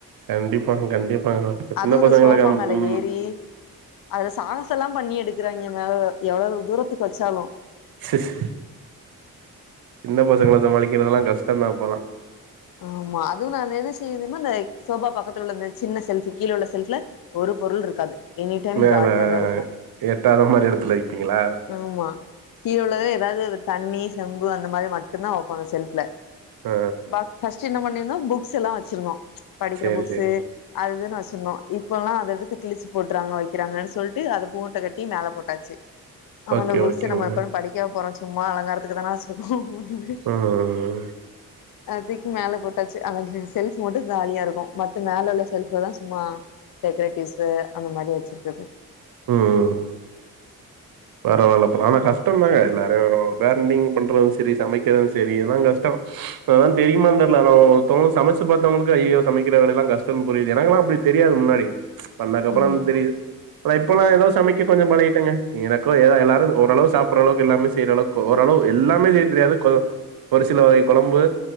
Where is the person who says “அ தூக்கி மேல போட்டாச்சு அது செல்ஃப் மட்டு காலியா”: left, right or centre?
Left